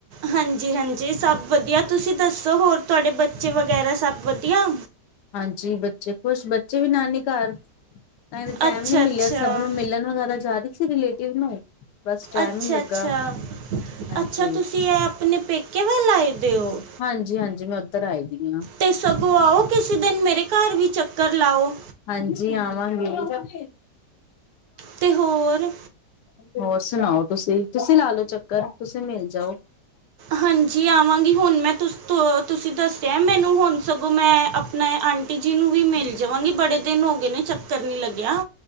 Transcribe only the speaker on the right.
ਹਾਂਜੀ ਹਾਂਜੀ ਸਭ ਵਧੀਆ ਤੁਸੀਂ ਦੱਸੋ ਹੋਰ ਤੁਹਾਡੇ ਬੱਚੇ ਵਗੈਰਾ ਸਭ ਵਧੀਆ।
ਅੱਛਾ
ਅੱਛਾ
ਅੱਛਾ
ਅੱਛਾ
ਅੱਛਾ ਤੁਸੀਂ ਇਹ ਆਪਣੇ ਪੇਕੇ ਵੱਲ ਆਏ ਦੇ ਹੋ।
ਤੇ ਸਗੋਂ ਆਓ ਕਿਸੇ ਦਿਨ ਮੇਰੇ ਘਰ ਵੀ ਚੱਕਰ ਲਾਓ।
ਤੇ ਹੋਰ।
ਹਾਂਜੀ ਆਵਾਂਗੀ ਹੁਣ ਮੈਂ ਤੁ ਤੁਸੀਂ ਦੱਸਿਆ ਮੈਨੂੰ ਹੁਣ ਸਗੋਂ ਮੈਂ। ਮੈਂ ਆਂਟੀ ਜੀ ਨੂੰ ਵੀ ਮਿਲ ਜਾਵਾਂਗੀ ਬੜੇ ਦਿਨ ਹੋ ਗਏ ਨੇ ਚੱਕਰ ਨਹੀਂ ਲੱਗਿਆ।